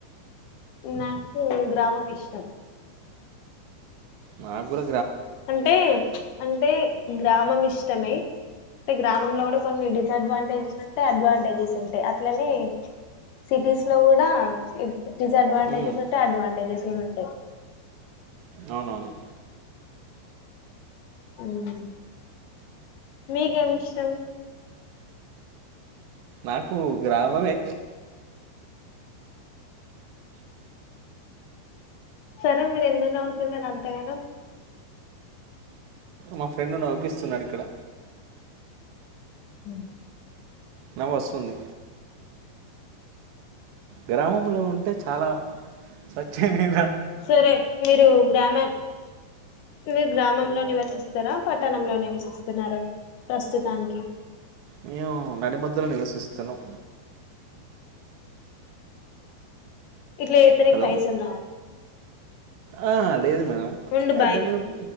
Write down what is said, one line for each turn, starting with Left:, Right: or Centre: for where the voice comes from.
Left: నాకు గ్రామం ఇష్టం
Right: నాగూడా
Left: అంటే అంటే గ్రామం ఇష్టమే అంటే గ్రామంలో కూడా కొన్ని డిసడ్వాంటేజస్ ఉంటాయి అడ్వాంటేజెస్ ఉంటాయి అట్లనే సిటీస్ లో గూడా డిసఅడ్వాంటేజెస్
Right: ఉమ్,
Left: ఉంటాయి అడ్వాంటేజెస్ గూడా ఉంటాయ్
Right: అవునవును
Left: ఉ నీకేమి ఇష్టం
Right: నాకు గ్రామమే
Left: సరే మీరు ఎందుకు నవ్వుతున్నారు అంతగనం
Right: మా ఫ్రెండ్ నవ్విపిస్తున్నాడు ఇక్కడ
Left: ఉ
Right: నవ్ వస్తుంది గ్రామంలో ఉంటే చాలా స్వచ్ఛమై
Left: సరే మీరు గ్రామం మీరు గ్రామంలో నివసిస్తారా పట్టణంలో నివసిస్తున్నారా ప్రస్తుతానికి
Right: మేము నడిమధ్యలో నివసిస్తున్నాం
Left: ఇట్లా చెపితేయ్ నీకు
Right: హలో
Left: పైసల్ రావు
Right: ఆ లేదు మేడం
Left: ఉండు
Right: అయితే
Left: బాయ్
Right: మేమ్